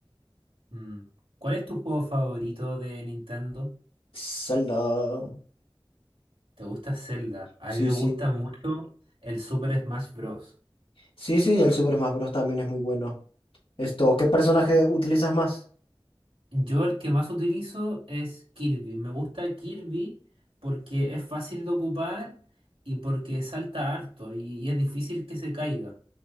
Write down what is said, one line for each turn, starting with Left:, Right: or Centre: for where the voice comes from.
Right: Mm. ¿Cuál es tu juego favorito de Nintendo?
Left: Zelda.
Right: ¿Te gusta Zelda? A
Left: Sí,
Right: mí me
Left: sí.
Right: gusta mucho el Super Smash Bros.
Left: Sí, sí, el Super Smash Bros. también es muy bueno. Esto, ¿qué personaje utilizas más?
Right: Yo el que más utilizo es Kirby. Me gusta Kirby porque es fácil de ocupar y porque salta harto y, y es difícil que se caiga.